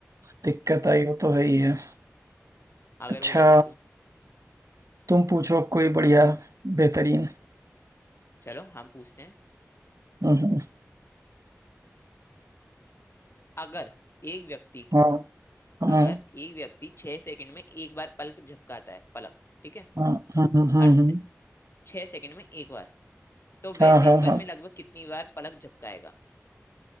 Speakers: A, on the right; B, on the left.
A: दिक्कत आई वो तो है ही है
B: अगर
A: अच्छा
B: बोला जाए तो
A: तुम पूछो अब कोई बढ़िया बेहतरीन
B: चलो हम पूछते हैं
A: हम्म
B: अगर एक व्यक्ति
A: हाँ हाँ
B: अगर एक व्यक्ति छह सेकंड में एक बार पलक झपकाता है पलक ठीक है
A: हाँ हाँ हाँ हाँ
B: हर से,
A: हाँ
B: छह सेकंड में एक बार तो वह
A: हाँ हाँ
B: दिन
A: हाँ,
B: भर
A: हाँ।
B: में लगभग कितनी बार पलक झपकाएगा